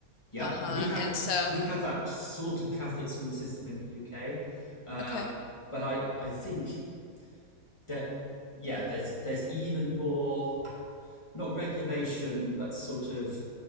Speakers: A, on the left; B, on the left.
A: Yep,
B: Uh-huh.
A: we have
B: And so,
A: we have that sort of Catholic school system in the UK, um,
B: okay.
A: but I I think that yeah, there's there's even more not regulation but sort of